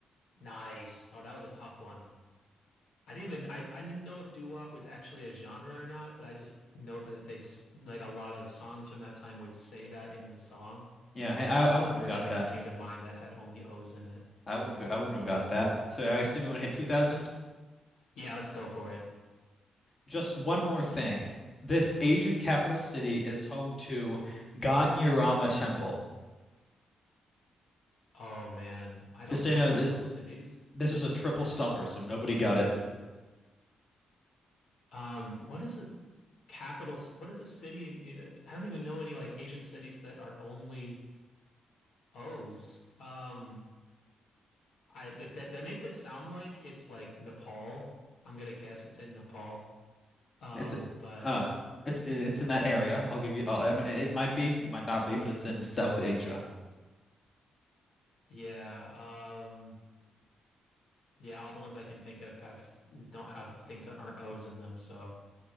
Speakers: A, on the left; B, on the left.
A: Nice. Oh, that was a tough one. I didn't even I, I didn't know if doo wop was actually a genre or not, but I just know that they s- like a lot of songs from that time would say that in the song,
B: Yeah, hey,
A: and
B: I
A: it was just
B: I wouldn't
A: the first
B: have got
A: thing
B: that.
A: that came to mind that had only O's in it.
B: I wouldn't go, I wouldn't have got that. So I assume you want to hit 2000.
A: Yeah, let's go for it.
B: Just one more thing. This Asian capital city is home to Gangyurama Temple.
A: Oh man, I don't
B: Just so
A: know
B: you know,
A: capital
B: this
A: cities.
B: this was a triple stumper, so nobody got it.
A: Um, what is a capital? c- What is a city in, in a, I don't even know any like Asian cities that are only O's. Um, I that that that makes it sound like it's like Nepal. I'm gonna guess it's in Nepal. Um,
B: It's
A: but.
B: um, it's it's in that area. I'll give you. Uh, it might be, it might not be, but it's in South Asia.
A: Yeah, um, yeah, all the ones I can think of have don't have things that aren't O's in them, so